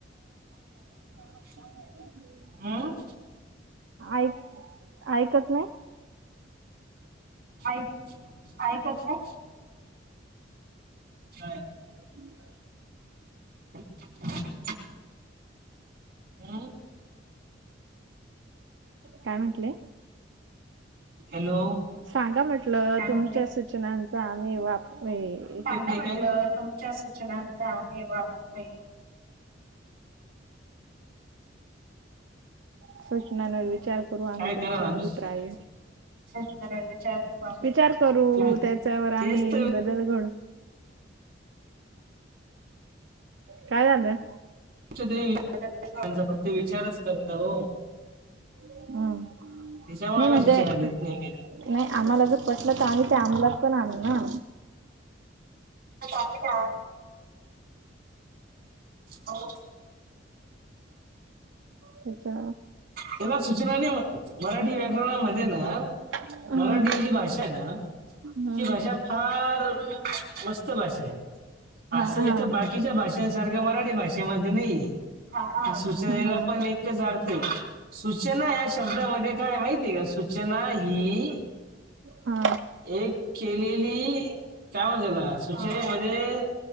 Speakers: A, on the right; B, on the right.
A: <unintelligible>
B: <unintelligible>
A: आ
B: ऐ ऐकत नाही.
A: ऐ ऐकत नाही. नाही.
B: नाही
A: <inaudible> हम्म
B: काय म्हटले
A: हॅलो
B: सांगा म्हटलं
A: काय
B: तुमच्या
A: म्हटले
B: सूचनांचा आम्ही वाप ये
A: <unintelligible> म्हंटल तुमच्या सूचनांंचा आम्ही वापर ये
B: सूचनांवार विचार करू आम्ही
A: काय
B: तुमच्या
A: कराल आमच्या
B: अभिप्राय
A: सूचनांचं सूचना विचार करू आम्ही
B: विचार
A: तुमच्या
B: करू
A: तुम्ही
B: त्याच्यावर
A: तेच
B: आम्ही
A: तर
B: बदल घडू काय झालं?
A: <unintelligible> फक्त विचारच करता हो
B: हम्म
A: त्याच्यामुळ
B: नाही
A: आम्ही
B: म्हणजे
A: सूचना देेत नाही काही
B: नाही आम्हाला बी पटलं तर आम्ही ते अमलात पण आणू ना
A: <unintelligible> हो
B: त्याचा
A: त्याला सूचना नाही म्हणत मराठी व्याकरणामध्ये ना
B: हम्म
A: मराठी ही जी भाषा ना
B: हम्म
A: ही भाषा फार मस्त भाषा आहे
B: हा
A: असं
B: हा
A: इथ बाकीच्या भाषा त्या सारख मराठी भाषेमध्ये नाहीये त्या सूचनेला
B: हा
A: पण
B: ते
A: एकच अर्थये सूचना या शब्दामध्ये काये माहिती का सूचना हि
B: हा
A: एक केलेली काय म्हनता त्याला सुचनेमध्ये